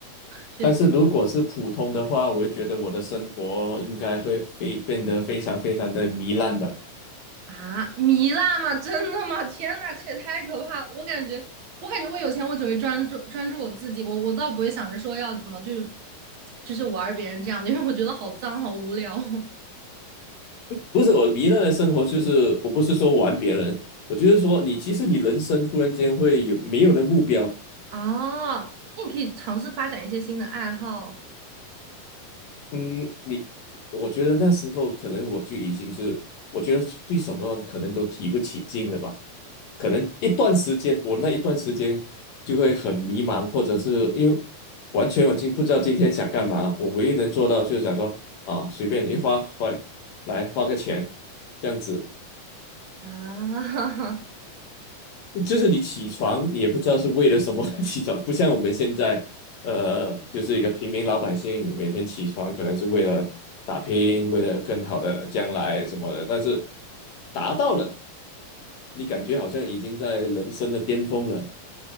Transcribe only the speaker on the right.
确实
啊，糜烂吗？真的吗？天呐，这也太可怕了！我感觉，我感觉我有钱，我只会专注专注我自己，我我倒不会想着说要怎么就是就是玩别人这样的，因为我觉得好脏，好无聊。<laughs>
哦，那你可以尝试发展一些新的爱好
啊。<laughs> 啊！